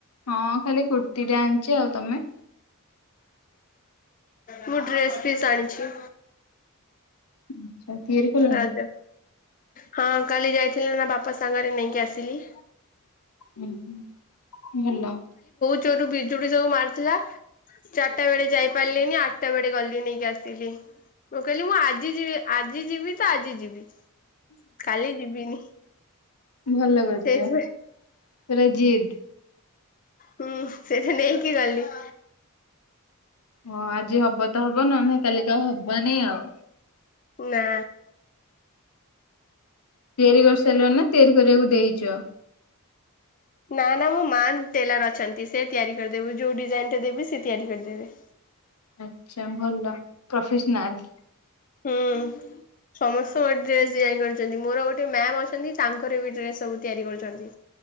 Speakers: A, on the left (about 90°); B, on the left (about 35°).
A: ହଁ ଖାଲି କୁର୍ତ୍ତିୀ ଟା ଆଣିଚି ଆଉ ତମେ?
B: ମୁଁ ଡ୍ରେସ୍ ପିସ୍ ଆଣିଛି।
A: ଆଛା ତିଆରି କଲଣି?
B: ରଜ ହଁ କାଲି ଯାଇଥିଲେ ନା ବାପା ସାଙ୍ଗରେ ନେଇକି ଆସିଲି।
A: ହୁଁ ହୁଁ। ହେଲା।
B: ଚୋରୁ ବିଜୁଳି ଯୋଉ ମାରିଥିଲା। ଚାରିଟା ବେଳେ ଯାଇ ପାରିଲିନି ଆଟ୍ ଟା ବେଳେ ଗଲି ନେଇକି ଆସିଲି। ମୁଁ କଇଲି ମୁଁ ଆଜି ଯିବି ଆ ଆଜି ଯିବି ତ ଆଜି ଯିବି। କାଲି ଯିବିନି
A: ଭଲ କରିଛ
B: ସେଇଥିରେ
A: ପୁରା ଜିଦ୍।
B: ହୁଁ ସେଇଟା ନେଇକି ଗଲି।
A: ହଁ ଆଜି ହବ ତ ହବ ନହେଲେ କାଲିକା ହବାନି ଆଉ।
B: ନା।
A: ତିଆରି କରିସାରିଲ ନା ତିଆରି କରିବାକୁ ଦେଇଚ?
B: ନା ନା ମୋ ମା ଟେଲର ଅଛନ୍ତି। ସେ ତିଆରି କରିଦେବୁ ଯୋଉ ଡିଜାଇନ ଟା ଦେବି ସେ ତିଆରି କରିଦେବେ।
A: ଆଛା ଭଲ ପ୍ରୋଫେସନାଲ।
B: ହୁଁ ସମସ୍ତ ଗୋଟେ ଡ୍ରେସ୍ ଯାଇ କର ଚନ୍ତି ମୋର ଗୋଟେ ମ୍ୟାମ୍ ଅଛନ୍ତି ତାଙ୍କର ବି ଡ୍ରେସ ସବୁ ତିଆରି କରୁଛନ୍ତି